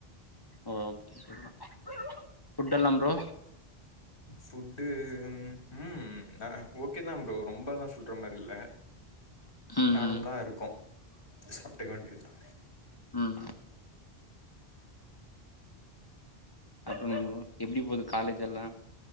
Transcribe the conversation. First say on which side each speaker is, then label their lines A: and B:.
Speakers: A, on the left (about 25°); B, on the left (about 55°).
A: ஓகே ப்ரோ ஃபுட்டெல்லா ப்ரோ
B: ஃபுட்டு ம் ம் ஆ ஆ ஓகே தா ப்ரோ ரொம்பல்லா சொல்ற மாரி இல்ல
A: ம்
B: நார்மலா இருக்கு சாப்ட்டுக்க வேண்டியதா
A: ம் அப்பறோ ப்ரோ எப்டி போது காலேஜ் எல்லா